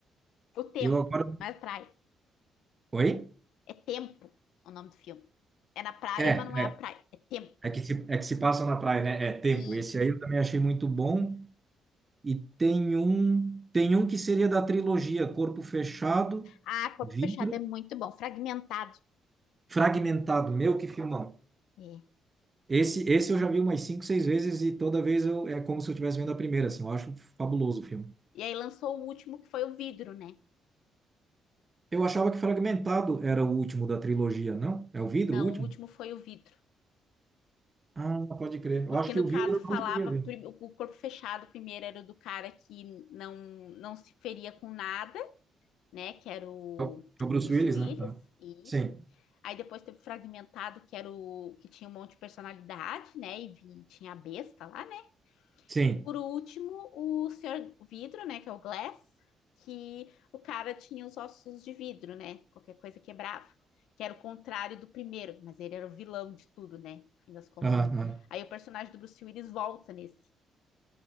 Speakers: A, on the left; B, on the right.
A: O Tempo,
B: Eu agora,
A: não é praia.
B: oi?
A: É Tempo o nome do filme. É na praia,
B: É,
A: mas não é
B: é,
A: a praia. É Tempo.
B: é que se, é que se passa na praia, né? É tempo.
A: Isso.
B: Esse aí eu também achei muito bom. E tem um, tem um que seria da trilogia Corpo Fechado,
A: Ah, corpo
B: Vidro,
A: fechado é muito bom, fragmentado.
B: Fragmentado. Meu, que filmão.
A: É.
B: Esse, esse eu já vi umas cinco, seis vezes e toda vez eu, é como se eu estivesse vendo a primeira, assim. Eu acho fabuloso o filme.
A: E aí lançou o último que foi o vidro, né?
B: Eu achava que Fragmentado era o último da trilogia, não? É o Vidro
A: Não,
B: o último?
A: o último foi o vidro.
B: Ah, pode crer. Eu
A: Porque
B: acho que
A: no
B: o Vidro
A: caso
B: eu
A: falava
B: não queria ver.
A: prim- o corpo fechado primeiro era o do cara que não não se feria com nada, né? Que era o
B: É o é o Bruce
A: Bruce
B: Willis,
A: Willis,
B: né? Ah.
A: isso.
B: Sim,
A: Aí depois teve o fragmentado, que era o que tinha um monte de personalidade, né? E vi- tinha a besta lá, né?
B: sim.
A: Por último, o senhor Vidro, né, que é o Glass, que o cara tinha os ossos de vidro, né? Qualquer coisa quebrava, que era o contrário do primeiro, mas ele era o vilão de tudo, né? No fim das contas.
B: Aham, aham.
A: Aí o personagem do Bruce Willis volta nesse.